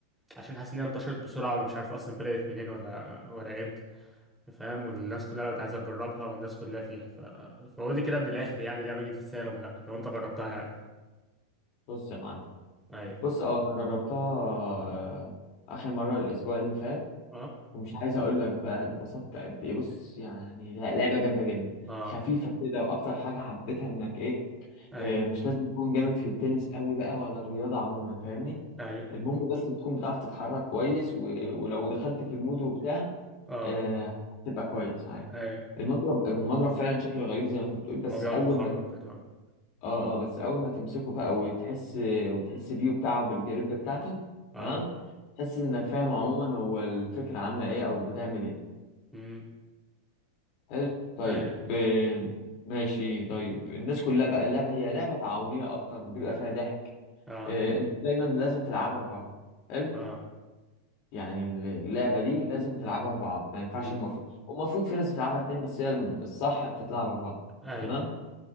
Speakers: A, in the centre; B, on the left (about 40°).
A: عشان حاسس ان هي انتشرت بسرعه ومش عارف اصلا بدات منين ولا ولا امتى فاهم والناس كلها بقت عايزه تجربها والناس كلها فيها ف... فقول لي كده من الاخر يعني اللعبه دي تستاهل ولا لا لو انت جربتها يعني
B: بص يا معلم
A: اي
B: بص اه انا جربتها آه، اخر مره الاسبوع اللي فات
A: اه
B: ومش عايز اقول لك بقى اتبسطت قد ايه بص يعني لا لعبه جامده جدا
A: اه
B: خفيفه كده واكتر حاجه حبيتها انك ايه
A: اي
B: آه، مش لازم تكون جامد في التنس قوي بقى ولا الرياضه عموما فاهمني
A: اي
B: المهم بس بتكون بتعرف تتحرك كويس و... ولو دخلت في المود وبتاع
A: اه
B: آه، هتبقى كويس عادي
A: اي
B: المضرب المضرب فعلا شكله غريب زي ما انت بتقول بس
A: هو بيقعد
B: اول
A: مخرم
B: ما
A: كده اه
B: اه اه بس اول ما تمسكه بقى وتحس وتحس بيه وبتاعه بالجريب بتاعته
A: اه
B: تمام تحس انك فاهم عموما هو الفكرة عاملة ايه او بتعمل ايه
A: امم
B: حلو طيب
A: اي
B: تمام آه، ماشي طيب الناس كلها بقى اللعبة هي لعبة تعاونية اكتر بيبقى فيها ضحك
A: اه
B: آه، انت دايما لازم تلعبها اربعة حلو
A: اه
B: يعني اللعبة دي لازم تلعبها اربعة ما ينفعش
A: امم
B: المفروض والمفروض في ناس بتلعبها اتنين بس هي الصح بتتلعب اربعة
A: اي
B: تمام